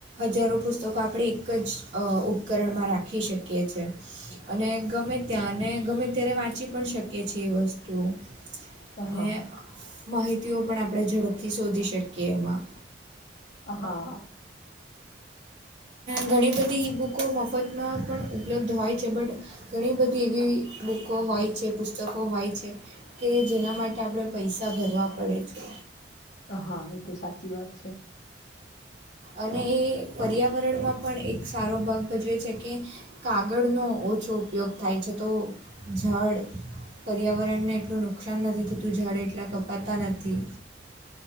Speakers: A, on the right; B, on the left.
A: હજારો પુસ્તકો આપણે એક જ ઉપકરણમાં રાખી શકીએ છ છે. અને ગમે ત્યાંને ગમે ત્યારે વાંચી પણ શકીએ છીએ એ વસ્તુ તો
B: હા,
A: અને માહિતીઓ પણ આપણે ઝડપથી શોધી શકીએ એમાં
B: હા.
A: ઘણી બધી ઈ બુકો મફતમાં પણ ઉપલબ્ધ હોય છે બટ ઘણી બધી એવી બુકો હોય છે પુસ્તકો હોય છે. કે જેના માટે આપણે પૈસા ભરવા પડે છે.
B: હા એ તો સાચી વાત છે.
A: અને એ પર્યાવરણમાં પણ એક સારો ભાગ ભજવે છે કે. કાગળનો ઓછો ઉપયોગ થાય છે તો ઝાળ પર્યાવરણને એટલું નુકસાન નથી થતું ઝાળ એટલા કપાતા નથી